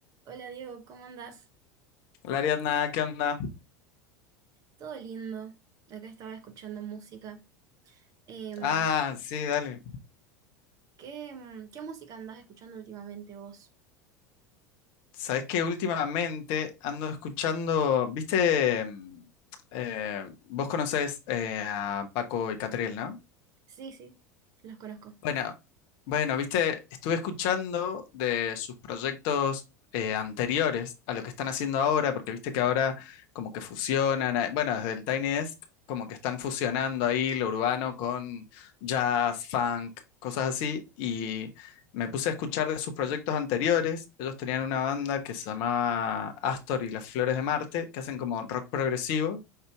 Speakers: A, on the right; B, on the left.
A: Hola Diego, ¿cómo andás?
B: Hola Ariadna, ¿qué onda?
A: Todo lindo. Acá estaba escuchando música. Em,
B: Ah, sí, dale.
A: ¿qué, em, qué música andás escuchando últimamente vos?
B: Sabes que últimamente ando escuchando, viste, mm, eh, vos conocés eh, a Paco y Catriel, ¿no?
A: Sí, sí, los conozco.
B: Bueno, bueno, viste, estuve escuchando de sus proyectos eh, anteriores a lo que están haciendo ahora, porque viste que ahora como que fusionan, eh, bueno, desde el Tiny Desk como que están fusionando ahí lo urbano con jazz, funk, cosas así, y me puse a escuchar de sus proyectos anteriores. Ellos tenían una banda que se llamaba Astor y las Flores de Marte, que hacen como rock progresivo,